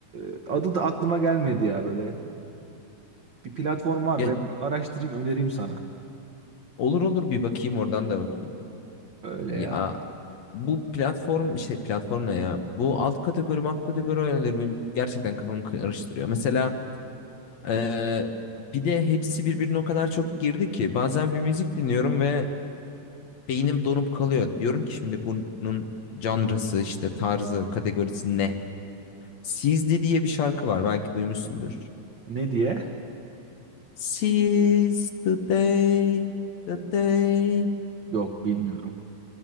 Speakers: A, on the right (about 75°); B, on the left (about 65°).
A: E, adı da aklıma gelmedi ya böyle. Bir platform var
B: Ya,
A: ben onu araştırayım önereyim sana.
B: olur olur bir bakayım oradan da bakayım.
A: Öyle
B: Ya
A: ya.
B: Bu platform işte platform ne ya? Bu alt kategori alt kategori oyunları benim gerçekten kafamı karıştırıyor. Mesela eee, bir de hepsi birbirine o kadar çok girdi ki bazen bir müzik dinliyorum ve beynim donup kalıyor. Diyorum ki şimdi bunun janrası işte tarzı kategorisi ne? Sizdi diye bir şarkı var belki duymuşsundur.
A: Ne diye?
B: Seize the day, the day.
A: Yok bilmiyorum.